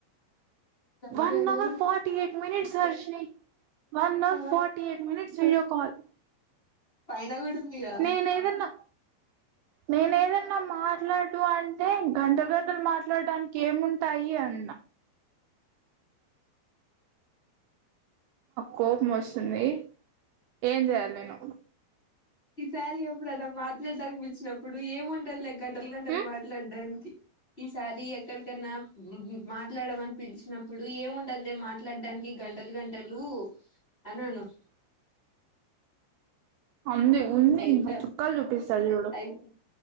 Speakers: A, on the left; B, on the right.
A: గందుకే
B: వన్
A: అడిగా
B: hour forty eight minutes Harshini one hour
A: ఆ
B: forty eight minutes video call
A: పైన కూడా ఉందిగా
B: నేనేదన్నా నేనేదన్నా మా మాట్లాడు అంటే గంటలు గంటలు మాట్లాడ్డానికేముంటాయి అన్న కోపమొస్తుంది ఏంచేయాలి నేను
A: ఈసారి ఎప్పుడద మాట్లాడ్డానికి పిలిచినప్పుడు ఏమి ఉండదు దగ్ గంటల్
B: ఉమ్
A: గంటల్ మాట్లాడ్డానికి ఈసారి ఎక్కడికన్నా <unintelligible> మాట్లాడమని పిలిచినప్పుడు ఏంముండద్దే మాట్లాడడానికి గంటలు గంటలు అనను
B: అంది ఉందింక
A: అయిపాయ్
B: చుక్కలు చూపిస్తా చూడు
A: అయి